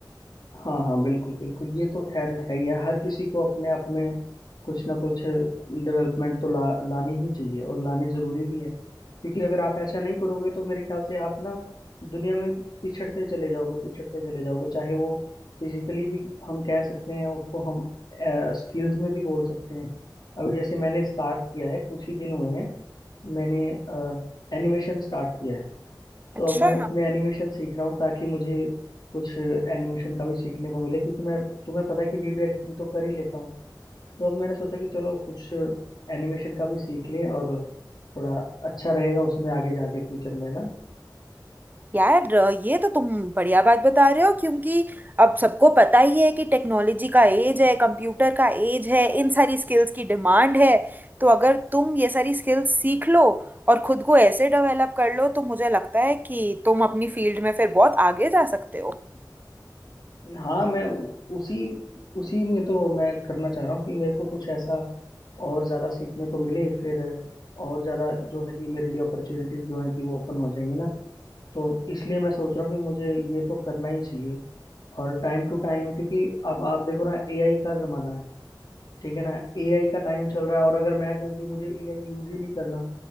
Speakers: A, on the left; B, on the right.
A: हाँ हाँ बिल्कुल बिल्कुल ये तो खैर है ही है हर किसी को अपने आप में कुछ ना कुछ डेवलपमेंट तो ला लानी ही चाहिए और लानी जरूरी भी है क्योंकि अगर आप ऐसा नहीं करोगे तो मेरे ख्याल से आप ना दुनिया में पिछड़ते चले जाओगे पिछड़ते चले जाओगे चाहे वो फिजिकली भी हम कह सकते हैं उसको हम स्किल्स में भी बोल सकते हैं अभी जैसे मैंने स्टार्ट किया है कुछ ही दिन हुए हैं मैंने एनिमेशन स्टार्ट किया है
B: अच्छा
A: तो अब मैं उसमें एनिमेशन सीख रहा हूँ ताकि मुझे कुछ एनिमेशन का भी सीखने को मिले क्योंकि मैं तुम्हें पता है कि वीडियो एडिटिंग तो कर ही लेता हूँ तो अब मैंने सोचा कि चलो कुछ एनिमेशन का भी सीख लें और थोड़ा अच्छा रहेगा उसमें आगे जाके फ्यूचर में है ना
B: यार ये तो तुम बढ़िया बात बता रहे हो क्योंकि अब सबको पता ही है कि टेक्नोलॉजी का एज है कंप्यूटर का एज है इन सारी स्किल्स की डिमांड है तो अगर तुम ये सारी स्किल्स सीख लो और खुद को ऐसे डेवलप कर लो तो मुझे लगता है कि तुम अपनी फील्ड में फिर बहुत आगे जा सकते हो
A: हाँ मैं उसी उसी में तो मैं करना चाह रहा हूँ कि मेरे को कुछ ऐसा और ज़्यादा सीखने को मिले फिर और ज़्यादा जो है कि मेरे लिए अपॉर्चुनिटीज़ जो हैं कि वो ओपन हो जाएंगी ना तो इसलिए मैं सोच रहा हूँ कि मुझे ये तो करना ही चाहिए और टाइम टू टाइम क्योंकि अब आप देखो ना एआई का जमाना है ठीक है ना एआई का टाइम चल रहा है और अगर मैं कहूँ कि मुझे एआई यूज ही नहीं करना